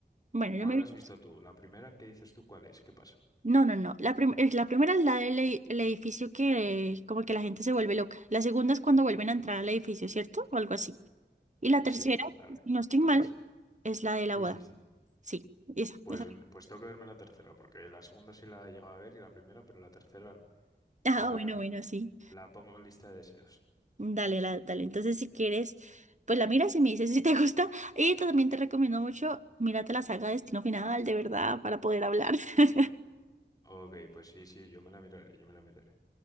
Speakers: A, on the right; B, on the left.
A: Bueno,
B: ¿Cuál
A: yo me vi.
B: has visto tú? La primera, ¿qué dices tú? ¿Cuál es? ¿Qué pasa?
A: No, no, no. La, prim- eh, la primera es la del e- el edificio que eh, como que la gente se vuelve loca. La segunda es cuando vuelven a entrar al edificio, ¿cierto? O algo así. Y la
B: Sí,
A: tercera,
B: vale,
A: si no estoy
B: vale,
A: mal,
B: sí.
A: es la de la
B: Sí,
A: boda.
B: sí, sí.
A: Sí, esa,
B: Pues,
A: esa. <laughs>
B: pues tengo que verme la tercera, porque la segunda sí la he llegado a ver y la primera, pero la tercera no.
A: Ah,
B: La,
A: bueno, bueno, sí.
B: la pongo en lista de deseos.
A: Dale, la- dale. Entonces, si quieres, pues la miras y me dices si te <laughs> gusta. Y también te recomiendo mucho, mírate la saga Destino Final, de verdad, para poder hablar. <laughs>
B: Ok, pues sí, sí, yo me la miraré, yo me la miraré.